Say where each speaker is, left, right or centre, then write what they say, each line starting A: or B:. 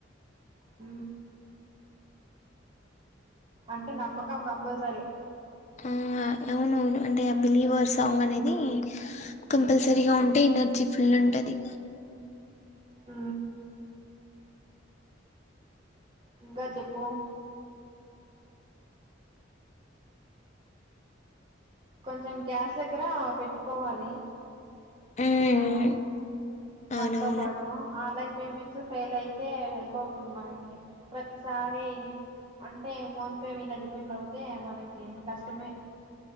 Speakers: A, on the right; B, on the left.
A: ఊ అంటే నమ్మకం కంపల్సరీ.
B: ఆ అవునవును అంటే ఆ బిలీవర్ సాంగ్ అనేది ఇ కంపల్సరీగా ఉంటే ఎనర్జీ ఫుల్ ఉంటది.
A: ఆ ఇంకా చె ప్పు కొంచెం క్యాస్ దగ్గర పెట్టుకోవాలి.
B: మ్మ్
A: మనము మనతో
B: అవునవును
A: పాటు ఆన్లైన్ పేమెంట్స్ ఫెయిల్ అయితే హెల్ప్ అవుతుంది. మనకి ప్రతిసారి అంటే ఫోన్ పే మీద డిపెండ్ అవుతే మనకి కష్టమే.